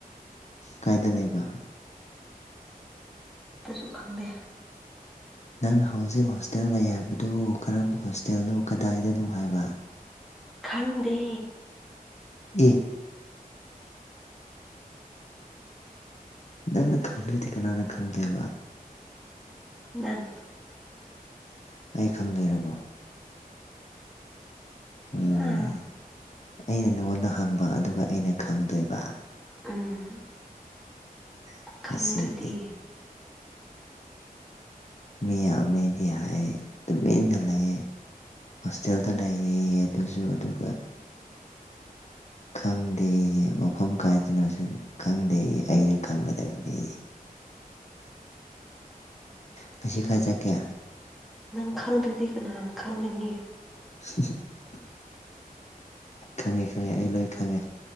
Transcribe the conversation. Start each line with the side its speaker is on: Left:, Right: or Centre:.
Left: ꯀꯥꯏꯗ ꯂꯩꯕ
Centre: ꯇꯁꯨ ꯈꯪꯗꯦ
Left: ꯅꯪꯅ ꯍꯧꯖꯤꯛ ꯍꯣꯁꯇꯦꯜ ꯂꯩ ꯍꯥꯏꯕꯗꯨ ꯀꯔꯝꯕ ꯍꯣꯁꯇꯦꯜꯅꯣ ꯀꯗꯥꯏꯗꯅꯣ ꯍꯥꯏꯕ
Centre: ꯈꯪꯗꯦ
Left: ꯑꯦ ꯅꯪꯅ ꯈꯪꯗꯗꯤ ꯀꯅꯥꯅ ꯈꯪꯗꯣꯏꯕ
Centre: ꯅꯪ
Left: ꯑꯩ ꯈꯪꯗꯣꯏꯔꯕꯣ ꯂꯣꯏꯔꯦꯍꯦ
Centre: ꯍꯥꯥ
Left: ꯑꯩꯅ ꯅꯉꯣꯟꯗ ꯍꯪꯕ ꯑꯗꯨꯒ ꯑꯩꯅ ꯈꯪꯗꯣꯏꯕ
Centre: ꯎꯝ
Left: <inaudible>
Centre: ꯈꯪꯗ꯭ꯔꯗꯤ
Left: ꯑꯁꯤꯗꯤ ꯃꯤ ꯌꯥꯝꯃꯦꯗꯤ ꯍꯥꯏ ꯇꯨꯃꯤꯟꯅ ꯂꯩꯌꯦ ꯍꯣꯁꯇꯦꯜꯗ ꯂꯩꯌꯦꯌꯦ ꯑꯗꯨꯁꯨ ꯑꯗꯨꯒ ꯈꯪꯗꯦ ꯃꯐꯝ ꯀꯥꯏꯗꯅꯁꯨ ꯈꯪꯗꯦꯌꯦ ꯑꯩꯅ ꯈꯪꯒꯗꯕꯅꯦꯌꯦ ꯉꯁꯤ ꯀꯥꯏ ꯆꯠꯀꯦ
Centre: ꯅꯪ ꯈꯪꯗ꯭ꯔꯗꯤ ꯀꯅꯥꯅꯥ ꯈꯪꯒꯅꯤ
Left: <unintelligible> ꯈꯪꯉꯦ ꯈꯪꯉꯦ ꯑꯩ ꯂꯣꯏ ꯈꯪꯉꯦ